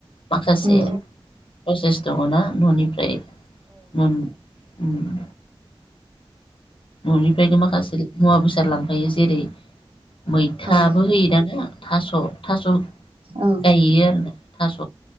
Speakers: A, on the left; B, on the right.
A: माखासे
B: ओं
A: सेेस दङ ना ननिफ्राय न'नि उम ननिफ्रायनो माखासे मुवा बेसाद लांफायो जेरै मैथाबो
B: ओं
A: होयो दाना थास। थास गायो
B: ओं
A: आरो ना थास